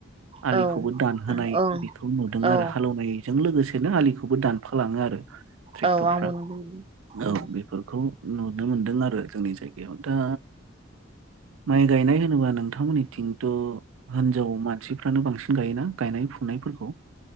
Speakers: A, on the right; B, on the right.
A: आलिखौबो
B: औ
A: दानहोनाय
B: ओं
A: बेखौ नुदों
B: औ
A: आरो हालेवनाय जों लोगोसेनो आलिखौबो दानफालाङो आरो ट्रेक्टरफ्रा
B: औ आंबो नुदों उम
A: ।औ बेफोरखौ नुनो मोनदों आरो जोंनि जायगायाव दा माइ गायनाय होनोबा नोंथांमोननिथिंथ' हिनजाव मानसिफ्रानो बांसिन गायोना गायनाय फुनायफोरखौ